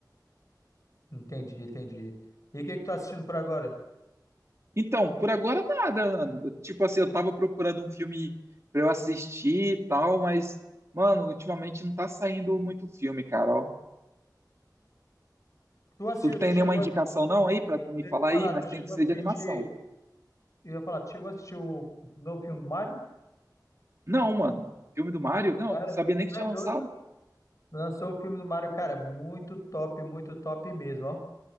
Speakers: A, on the left; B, on the right.
A: Entendi, entendi. E o que que tu tá assistindo por agora?
B: Então, por agora nada, mano. Tipo assim, eu tava procurando um filme pra eu assistir e tal, mas, mano, ultimamente não tá saindo muito filme, cara, ó.
A: Tu assistiu,
B: Tu tem
A: tu chegou
B: nenhuma indicação
A: a assistir,
B: não aí pra tu me
A: eu
B: falar
A: ia falar,
B: aí, mas
A: tu chegou
B: tem que ser
A: a assistir,
B: de animação.
A: eu ia falar, tu chegou a assistir o o novo filme do Mario?
B: Não, mano. Filme do Mario? Não,
A: Cara,
B: sabia nem que
A: tu
B: tinha
A: é doido.
B: lançado.
A: Lançou o filme do Mario, cara, muito top, muito top mesmo, ó.